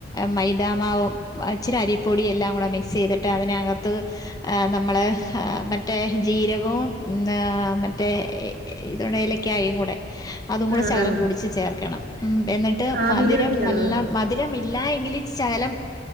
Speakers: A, on the left; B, on the right.
A: മൈദാ മാവും ഇച്ചിരി അരിപ്പൊടി എല്ലാം കൂടെ മിക്സ് ചെയ്ത്ട്ട് അതിനകത്ത്. ആ നമ്മള് മറ്റേ ജീരകവും മറ്റേ. ഇതൂടെ ഏലക്കായും കൂടെ അതും കൂടെ
B: ആഹ്
A: ഷകലം
B: ആഹ്
A: പൊടിച്ച് ചേർക്കണം ഉം എന്നി ട്ട്
B: ആവില്
A: മധുരം
B: വെക്കാണോ
A: നല്ല മധ് രം ഇല്ല എങ്കില് ഷകലം